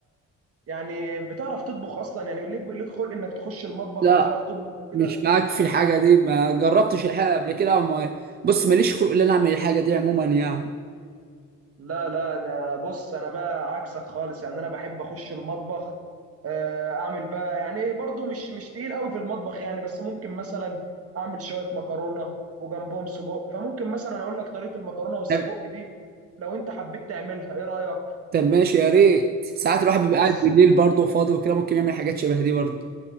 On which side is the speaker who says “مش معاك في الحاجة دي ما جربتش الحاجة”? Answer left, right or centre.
Right